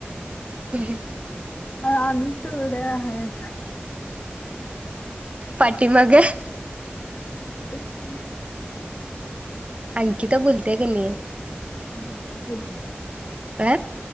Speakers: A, on the right; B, on the left.
A: <unintelligible>
B: आ आम्ही तेवढं हाय.
A: पाठी मागं.
B: नाही तर काय?
A: अंकिता बोलत्या काय नाही?
B: <inaudible>
A: आ?